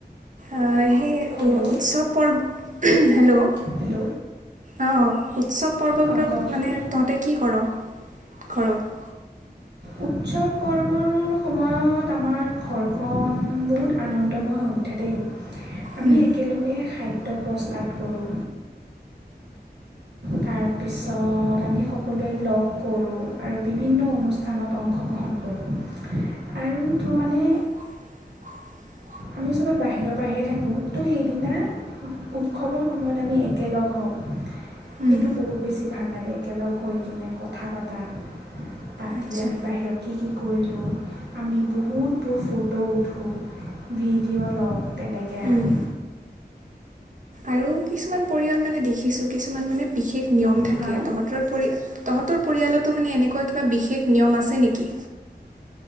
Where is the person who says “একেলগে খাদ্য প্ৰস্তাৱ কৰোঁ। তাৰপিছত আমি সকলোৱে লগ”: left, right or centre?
Right